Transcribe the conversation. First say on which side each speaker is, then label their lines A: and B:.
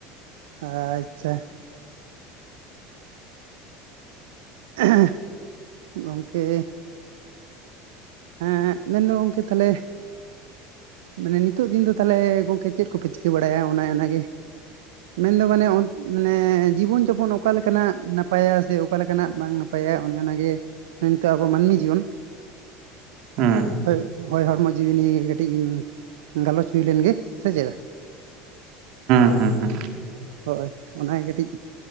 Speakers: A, on the right; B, on the right.
A: ᱟᱪᱪᱷᱟ᱾ <unintelligible> ᱜᱚᱝᱠᱮ᱾ ᱦᱮᱸ, ᱢᱮᱱᱫᱚ ᱜᱚᱝᱠᱮ ᱛᱟᱦᱚᱞᱮ ᱢᱟᱱᱮ ᱱᱤᱛᱚᱜ ᱫᱤᱱ ᱫᱚ ᱛᱟᱦᱚᱞᱮ ᱜᱚᱝᱠᱮ ᱪᱮᱫ ᱠᱚᱯᱮ ᱪᱤᱠᱟᱹ ᱵᱟᱲᱟᱭᱟ, ᱚᱱᱮ ᱚᱱᱟᱜᱮ᱾ ᱢᱮᱱᱫᱚ ᱢᱟᱱᱮ ᱚᱱ ᱢᱟᱱᱮ ᱡᱤᱵᱚᱱ ᱡᱚᱯᱚᱱ ᱚᱠᱟ ᱞᱮᱠᱟᱱᱟᱜ ᱱᱟᱯᱟᱭᱟ ᱥᱮ ᱚᱠᱟ ᱞᱮᱠᱟᱱᱟᱜ ᱵᱟᱝ ᱱᱟᱯ ᱯᱟᱭᱟ ᱚᱱᱮ ᱚᱱᱟᱜᱮ ᱱᱤᱛᱚᱜ ᱟᱵᱚ ᱢᱟᱹᱱᱢᱤ ᱡᱤᱭᱚᱱ
B: ᱦᱩᱸ
A: ᱦᱳᱭ, ᱦᱳᱭ ᱦᱚᱲᱢᱚ ᱡᱤᱣᱤ ᱱᱤᱭᱟᱹ ᱜᱮ ᱠᱟᱹᱴᱤᱡ ᱜᱟᱞᱚᱪ ᱦᱩᱭ ᱞᱮᱱ ᱜᱮ ᱥᱮ ᱪᱮᱫ ᱾
B: ᱦᱮᱸ ᱦᱮᱸ ᱾
A: ᱦᱳᱭ, ᱚᱱᱟᱜᱮ ᱠᱟᱹᱴᱤᱡ᱾